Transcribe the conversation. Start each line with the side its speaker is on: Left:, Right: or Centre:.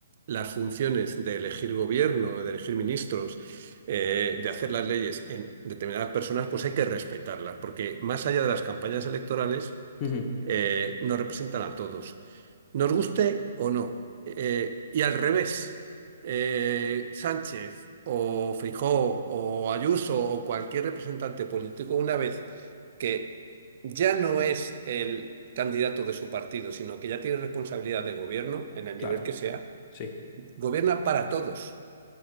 Right: las funciones de elegir gobierno, de elegir ministros, eh, de hacer las leyes en determinadas personas, pues hay que respetarlas, porque más allá de las campañas electorales,
Left: Ujú,
Right: eh, nos representan a todos, nos guste o no. Eh, y al revés, eh, Sánchez o Feijóo o Ayuso o cualquier representante político, una vez que ya no es el candidato de su partido, sino que ya tiene responsabilidad de gobierno en el
Left: Claro,
Right: nivel que sea,
Left: sí.
Right: gobierna para todos,